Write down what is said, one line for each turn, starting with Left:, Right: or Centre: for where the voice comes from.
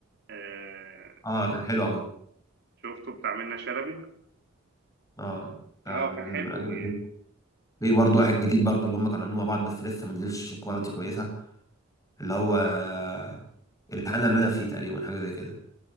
Right: آه
Left: اه كان حلو قوي
Right: شفته بتاع منة شلبي
Left: اه ده
Right: اه
Left: من
Right: كان حلو
Left: اجل
Right: يعني
Left: في برضه واحد جديد برضه اللي هم كانوا عاملين مع بعض بس لسه ما نزلش كواليتي كويسه اللي هو آه، الهنا اللي انا فيه تقريبا حاجه زي كده